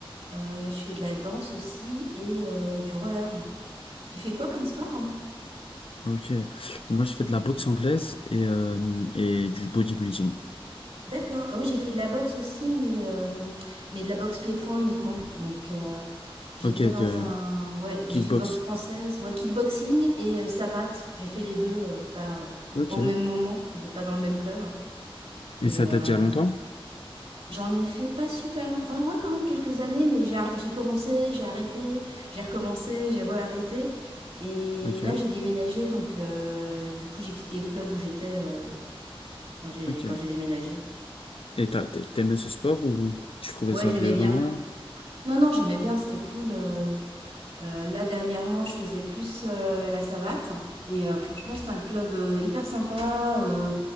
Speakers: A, on the right; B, on the left.
A: Euh, je fais de la danse aussi et euh, du roller. Tu fais quoi comme sport hein
B: Ok. Moi, je fais de la boxe anglaise et, euh, et du bodybuilding.
A: D'accord. Ah oui, j'ai fait de la boxe aussi, mais, euh, mais de la boxe pied-point uniquement. Donc euh, j'étais
B: Ok,
A: dans
B: de
A: un... Ouais, j'ai
B: kickbox.
A: fait boxe française, ouais, kickboxing et euh, savate. J'ai fait les deux, euh, pas, euh,
B: Ok.
A: pas au même moment, de, pas dans le même club. Et
B: Et ça
A: euh,
B: date d'il y a longtemps?
A: J'en ai fait pas super long, enfin ouais quand même quelques années, mais j'ai ar- j'ai commencé, j'ai arrêté, j'ai recommencé, j'ai re-arrêté. Et
B: Ok,
A: là j'ai déménagé, donc euh, du coup j'ai quitté le club où j'étais euh, quand j'ai
B: ok.
A: quand j'ai déménagé.
B: Et t'as, t'aimais ce sport ou tu trouvais
A: Ouais
B: ça
A: j'aimais
B: violent?
A: bien. Non non j'aimais bien, c'était cool. euh. Euh, là, dernièrement, je faisais plus euh, la savate. Et euh, franchement, c'est un club euh, hyper sympa. euh,